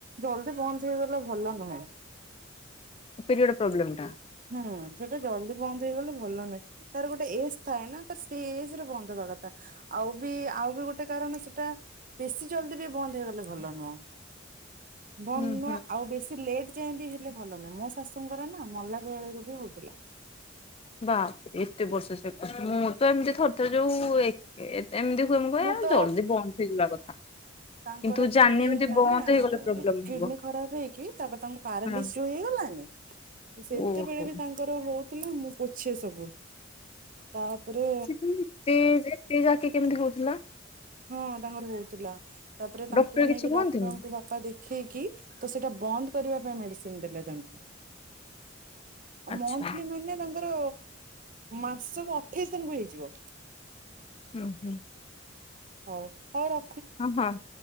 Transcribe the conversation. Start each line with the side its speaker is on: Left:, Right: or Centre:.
Right: ଜଲ୍ଦି ପହଞ୍ଚେଇ ଗଲେ ଭଲ ନୁହେଁ।
Left: ଟି ଗେଟ୍ ପ୍ରୋବ୍ଲେମ୍ ଟା
Right: ହୁଁ ସେଟା ଜଲଦି ବନ୍ଦ ହେଇଗଲେ ଭଲ ନୁହେଁ। ତାର ଗୋଟେ ଏଜ୍ ଥାଏ ନା ତାର ସେଇ ଏଜ୍ ରେ ବନ୍ଦ୍ ହବା କଥା। ଆଉ ବି ଆଉ ବି ଗୋଟେ କାରଣ ସେଟା ବେଶୀ ଜଲ୍ଦି ବି ବନ୍ଦ୍ ହେଇଗଲେ ଭଲ ନୁହଁ। ବନ୍ଦ୍
Left: ହୁଁ
Right: ନୁଆ
Left: ହୁଁ।
Right: ଆଉ ବେଶୀ ଲେଟ ଯାଏ ବି ହେଲେ ଭଲ ନୁହଁ ମୋ ଶାଶୁଙ୍କର ନା ମଲା ବେଳେକୁ ବି ହୋଉଥୁଲା।
Left: ବାପ୍ ରେ ଏତେ ବର୍ଷ ସେ କରଛି ମୁଁ ତ ଏମିତି ଥରେଥରେ ଯୋଉ ଏ ଏ ଏମିତି ହୁଏ ମୁ କୁହେ
Right: ମୁଁ ତ
Left: ଜଲ୍ ଦି ବନ୍ଦ୍ ହେଇଯିବା କଥା।
Right: ତାଙ୍କର
Left: କିନ୍ତୁ ଜାଣିନି
Right: ଯୋଉ ଇଏ
Left: ଏମିତି
Right: ହେଲା
Left: ବନ୍ଦ
Right: ନା
Left: ହେଇଗଲେ ପ୍ରୋବ୍ଲେମ
Right: କିଡ୍ନୀ
Left: ହବ।
Right: ଖରାପ୍ ହେଇକି ତାପେ ତାଙ୍କୁ ପାରାଲିସ୍
Left: ହଁ।
Right: ଯୋଉ ହେଇଗଲାନି, ସେତେବେଳେ
Left: ଓହୋ
Right: ବି ତାଙ୍କ୍ ତାର ହୋଉଥିଲା ମୁଁ ପୋଛେ ସବୁ। ତା ଓପରେ
Left: ସି ଏତେ ଏତେ ଯାକି କେମିତି ହୋଉଥୁଲା?
Right: ହଁ ତାଙ୍କର ହଉଥିଲା ତାପରେ ତାଙ୍କୁ
Left: ଡକ୍ଟର କିଛି
Right: ନେଇକି
Left: କୁହନ୍ତିନି?
Right: ଡକ୍ଟରଙ୍କୁ ପା ପା ଦେଖେଇକି ତ ସେଟା ବନ୍ଦ କରିବା ପାଇଁ ମେଡିସିନ ଦେଲେ ତାଙ୍କୁ।
Left: ଆଚ୍ଛା
Right: ମନ୍ଥଲି ମାନେ ତାଙ୍କର ମାସକୁ ଅଠେଇଶ ଦିନକୁ ହେଇଯିବ।
Left: ହୁଁ ହୁଁ।
Right: ହଉ ହଉ ର
Left: ହଁ-ହଁ